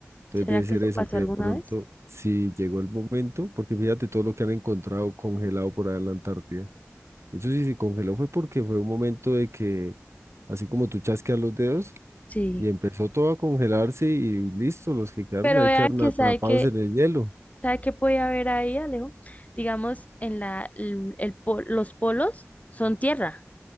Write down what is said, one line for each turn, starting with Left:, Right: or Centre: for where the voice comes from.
Right: Entonces
Left: ¿Será
Right: debe
Left: que
Right: ser
Left: eso
Right: eso,
Left: pasó
Right: que
Left: alguna
Right: de pronto,
Left: vez?
Right: si llegó el momento, porque fíjate todo lo que han encontrado congelado por allá en la Antártida. Eso sí se congeló fue porque fue un momento de que, así como tú chasqueas los dedos,
Left: sí.
Right: y empezó todo a congelarse y listo, los que quedaron
Left: Pero
Right: ahí
Left: vean
Right: quedaron
Left: que
Right: atrapados
Left: sabe que,
Right: en el hielo.
Left: sabe que puede haber ahí, Alejo. Digamos, en la, el- el po- los polos son tierra.